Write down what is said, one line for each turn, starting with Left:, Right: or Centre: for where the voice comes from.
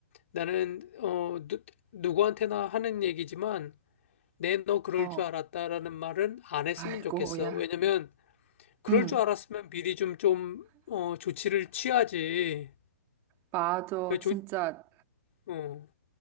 Left: 나는, 어, 누, 누구한테나 하는 얘기지만, 내 너 그럴
Right: 어,
Left: 줄 알았다라는 말은 안 했으면
Right: 아이고야.
Left: 좋겠어. 왜냐면, 그럴
Right: 음,
Left: 줄 알았으면 미리 좀, 좀, 어, 조치를 취하지.
Right: 맞아.
Left: 왜 조,
Right: 진짜.
Left: 어,